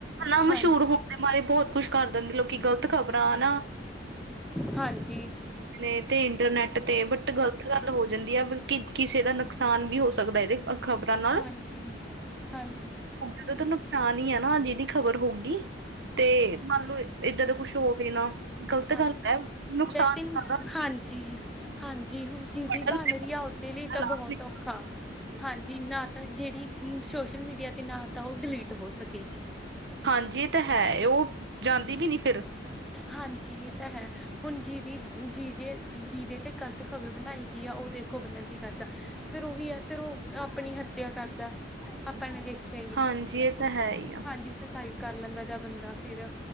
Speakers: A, on the right (about 65°); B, in the centre.
A: ਹਨਾ ਮਸ਼ਹੂਰ
B: ਹਾਂਜੀ
A: ਹੋਣ ਦੇ ਮਾਰੇ ਬਹੁਤ ਕੁਛ ਕਰ ਦਿੰਦੇ ਲੋਕੀ ਗ਼ਲਤ ਖ਼ਬਰਾਂ ਹਨਾ।
B: ਹਾਂਜੀ।
A: ਨੇ ਤੇ ਇੰਟਰਨੈਟ ਤੇ ਬਟ ਗਲਤ ਗੱਲ ਹੋ ਜਾਂਦੀ ਆ ਬਿਲਕੁਲ। ਕਿ ਕਿਸੇ ਦਾ ਨੁਕਸਾਨ ਵੀ ਹੋ ਸਕਦਾ ਇਹਦੇ। ਖ਼ਬਰਾਂ ਨਾਲ
B: ਹਾਂਜੀ-ਹਾਂਜੀ।
A: ਏਦਾਂ ਤਾਂ ਨੁਕਸਾਨ ਹੀ ਹੈ ਨਾ ਜਿਦੀ ਖ਼ਬਰ ਹੋਊਗੀ ਤੇ ਮੰਨ ਲਓ। ਏਦਾਂ ਦਾ ਕੁੱਛ ਹੋਵੇ ਨਾ। ਗ਼ਲਤ
B: ਹਾਂਜੀ
A: ਗੱਲ ਹੈ ਨੁਕਸਾਨ
B: ਵੈਸੇ
A: ਜ਼ਿਆਦਾ
B: ਹਾਂਜੀ।
A: ਹੈ।
B: ਹਾਂਜੀ ਹੁਣ ਜਿਹਦੀ
A: ਪੜਨ
B: ਬਣ
A: ਤੇ
B: ਰਹੀ ਆ ਉਹਦੇ ਲਈ
A: ਪਤਾ
B: ਤਾਂ
A: ਲਾਭ
B: ਬਹੁਤ
A: ਨਹੀਂ
B: ਔਖਾ। ਹਾਂਜੀ ਨਾ ਤਾਂ ਜਿਹੜੀ ਸੋਸ਼ਲ ਮੀਡੀਆ ਤੇ ਨਾ ਤਾਂ ਉਹ ਡਿਲੀਟ ਹੋ ਸਕੇ।
A: ਹਾਂਜੀ ਇਹ ਤਾਂ ਹੈ ਉਹ ਜਾਂਦੀ ਵੀ ਨੀ ਫਿਰ।
B: ਹਾਂਜੀ ਇਹ ਤਾਂ ਹੈ। ਹੁਣ ਜਿਹਦੀ ਜਿਹਦੇ ਜਿਹਦੇ ਤੇ ਗ਼ਲਤ ਖ਼ਬਰ ਬਣਾਈ ਗਈ ਆ ਉਹ ਦੇਖੋ ਬੰਦਾ ਕੀ ਕਰਦਾ। ਫਿਰ ਉਹੀ ਹੈ ਫਿਰ ਉਹ ਆਪਣੀ ਹੱਤਿਆ ਕਰਦਾ ਆਪਾਂ ਨੇ ਦੇਖ।
A: ਹਾਂਜੀ ਇਹ ਤਾਂ ਹੈ ਹੀ ਆ
B: ਹਾਂਜੀ ਸੁਸਾਈਡ ਕਰ ਲੈਂਦਾ ਜਾ ਬੰਦਾ ਫਿਰ।